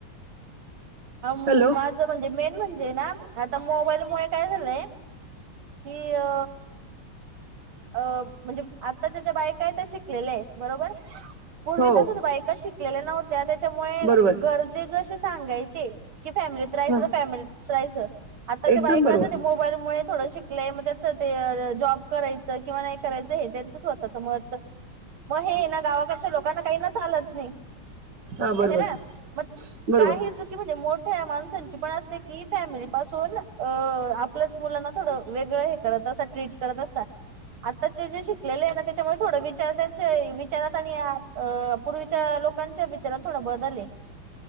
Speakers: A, on the right (about 70°); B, on the right (about 55°).
A: अ माझं
B: हॅलो.
A: म्हणजे मेन म्हणजे ना, आता मोबाईल मुळे काय झालंय. कि अ अ म्हणजे आताच्या ज्या बायकायेत त्या शिकलेल्याय. बरोबर. पूर्वी
B: हो,
A: कस त बायका शिक शिकल्या नव्हत्या त्याच्यामुळे
B: बरोबर.
A: घरचे जशे सांगायचे., फॅमिलीत राहायच
B: हां,
A: त फॅमिली तच रायचं. आताच्या
B: एकदम
A: बायकांच
B: बरोबर.
A: ते मोबाईल मुळे थोडं शिकल्याय. मग त्यांच ते जॉब करायचं करायचं किंवा नाही करायचं हे त्यांचं स्वतःचं मतं म हेय ना गावाकडच्या लोकांना काही ना चालत नाही
B: हां, बरोबर,
A: हेना. मग
B: बरोबर.
A: काही चुक मोठ्या माणसाची पण असते की फॅमिली पासून अ आपल्याच मुलांना थोडं वेगळं करत असता. ट्रीट करत असता. आताचे जे शिकलेलेय ना. त्याच्यामुळे थोड विचार त्यांचे विचारात आणि अ पूर्वीच्या लोकांच्या विचारात थोडा बदले.